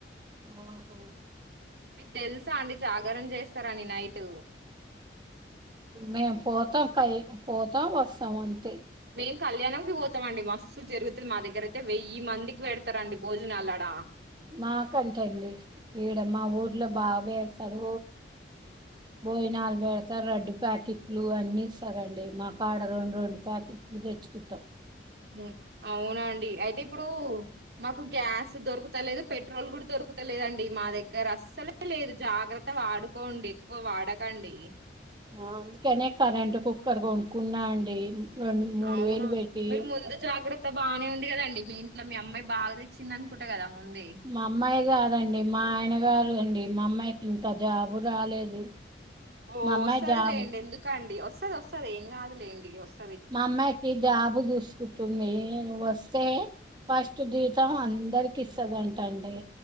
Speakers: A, on the right; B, on the right.
A: ఉహ్
B: తెలుసా అండి జాగారం చేస్తారని నైట్
A: మేము పోతాం కై పోతాం వస్తాం అంతే
B: మేం కళ్యాణం కి పోతమండి మస్తు జరుగుతుంది మా దగ్గర అయితే వెయ్యి మందికి పెడతరండి భోజనాలాడ
A: మాకు అంతే అండి ఈడ మా ఊర్లో బాగు వేస్తారు బోయి నాలుగు పెడతార రడ్డు ప్యాకెట్లు అన్ని ఇస్తారండి మాకాడ రెండు రెండు ప్యాకెట్ దితెచ్చుకుంటాం
B: మ్మ్ అవునండి అయితే ఇప్పుడూ మాకు గ్యాస్ దొరుకుతలేదు పెట్రోల్ కూడ దొరుకుతలేదండి మా దగ్గర అస్సలే లేదు జాగ్రత్త వాడుకోండి ఎక్కువ వాడక కండి
A: ఆ అందుకనే కరెంట్ కుక్కర్ కొనుక్కున్నా అండి రెండు మూడు
B: అవునా
A: వేలు పెట్టి
B: మీరు ముందు జాగ్రత్ త బానే ఉంది కదండి మీ ఇంట్లో మీ అమ్మాయి బాగ తెచ్చింది అనుకుంట కదా ముందే
A: మా అమ్మాయి కాదండి మా ఆయన గారు అండి మా అమ్మాయికి ఇంకా జాబ్ బూ రాలేదు
B: ఓ
A: మా అమ్మాయి
B: వస్తది
A: జాబు
B: లేండి ఎందుకండి వస్తది వస్తది ఏం కాదు లేండి వస్
A: మా అమ్మాయికి జాబు చూసుకుంటుంది వస్తే ఫస్ట్ జీతం అందరికి ఇస్తదంట అండి